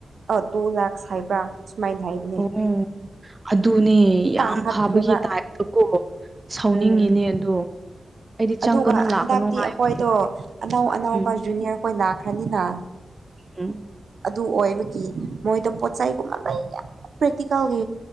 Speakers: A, on the right (about 70°); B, on the right (about 25°).
A: ꯑ ꯇꯨ ꯂꯥꯛꯁ ꯍꯥꯏꯕ꯭ꯔꯥ ꯁꯨꯃꯥꯏꯅ ꯍꯥꯏꯕ꯭ꯔꯥ
B: ꯑꯣ ꯎꯝ ꯑꯗꯨꯅꯦ ꯌꯥꯝ
A: ꯇꯥꯡꯈꯠꯈ꯭ꯔꯦꯕ
B: ꯐꯕꯒꯤ ꯇꯥꯏꯞꯇꯀꯣ ꯁꯥꯎꯅꯤꯡꯉꯤꯅꯦ
A: ꯎꯝ
B: ꯑꯗꯣ ꯑꯩꯗꯤ ꯆꯪꯒꯅꯨ
A: ꯑꯗꯨꯒ
B: ꯂꯥꯛꯀꯅꯨ
A: ꯍꯟꯗꯛꯇꯤ
B: ꯍꯥꯏꯕꯅꯦ
A: ꯑꯩꯈꯣꯏꯗꯣ ꯑꯅꯧ ꯑꯅꯧꯕ
B: ꯎꯝ
A: ꯖꯨꯅꯤꯌꯔꯈꯣꯏ ꯂꯥꯛꯈ꯭ꯔꯅꯤꯅ
B: ꯎꯝ
A: ꯑꯗꯨ ꯑꯣꯏꯕꯒꯤ ꯃꯣꯏꯗ ꯄꯣꯠ ꯆꯩꯒꯨꯝꯕ ꯃꯌꯥꯝ ꯄ꯭ꯔꯦꯛꯇꯤꯀꯦꯜꯒꯤ